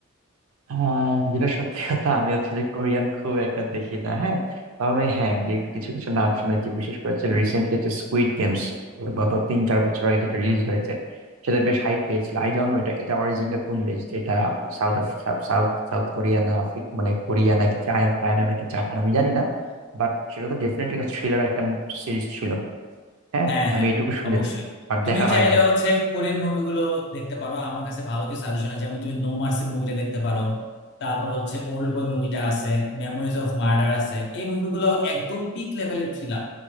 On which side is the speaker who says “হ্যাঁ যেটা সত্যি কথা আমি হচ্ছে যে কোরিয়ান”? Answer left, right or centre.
Right